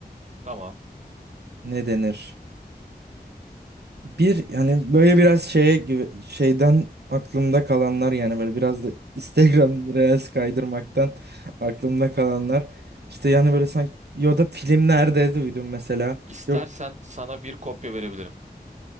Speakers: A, on the right; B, on the right.
A: Tamam.
B: ne denir? Bir yani böyle biraz şeye gibi şeyden aklımda kalanlar yani böyle biraz da <laughs> Instagram Reels kaydırmaktan aklımda kalanlar. İşte yani böyle sanki ya da filmlerde duydum mesela.
A: İstersen
B: Yok
A: sana bir kopya verebilirim.